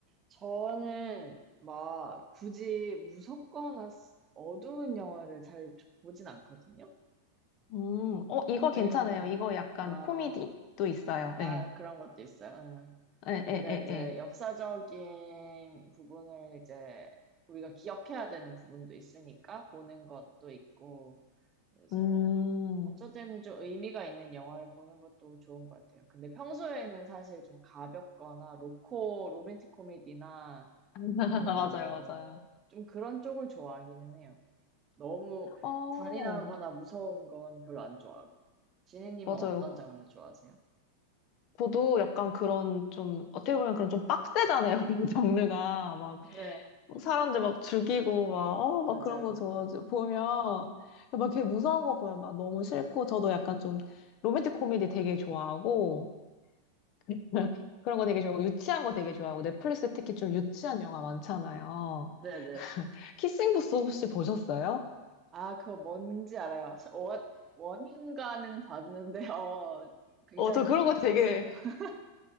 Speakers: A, on the right; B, on the left.
A: 저는 막 굳이 무섭거나 스- 어두운 영화를 잘 보진 않거든요.
B: 음, 어, 이거
A: 왜냐면,
B: 괜찮아요. 이거 약간
A: 아,
B: 코미디도 있어요.
A: 아,
B: 예.
A: 그런 것도 있어요. 응.
B: 예,
A: 근데
B: 예, 예,
A: 이제
B: 예.
A: 역사적인 부분을 이제 우리가 기억해야 되는 부분도 있으니까 보는 것도 있고, 그래서
B: 음,
A: 어쨌든 좀 의미가 있는 영화를 보는 것도 좋은 것 같아요. 근데 평소에는 사실 좀 가볍거나 로코, 로맨틱 코미디나
B: <laughs> 맞아요,
A: 뭐,
B: 맞아요.
A: 좀 그런 쪽을 좋아하기는 해요. 너무
B: 어,
A: 잔인하거나 무서운 건 별로 안 좋아하고. 지니님은
B: 맞아요.
A: 어떤 장르 좋아하세요?
B: 저도 약간 그런 좀, 어떻게 보면 그런 좀 빡세잖아요. <laughs> 이 장르가. 막,
A: 네,
B: 사람들 막 죽이고, 막, 어, 막
A: 맞아요.
B: 그런 거 저, 저 보면, 막 되게 무서운 거 보면 막 너무 싫고, 저도 약간 좀 로맨틱 코미디 되게 좋아하고, <laughs> 그런 거 되게 좋아하고, 유치한 거 되게 좋아하고, 넷플릭스 특히 좀 유치한 영화 많잖아요.
A: 네네.
B: 키싱 부스 혹시 보셨어요?
A: 아, 그거 뭔지 알아요. 원, 원인가는 봤는데, <laughs> 어, 굉장히
B: 어, 저 그런 거
A: 유치했어요.
B: 되게,
A: <laughs>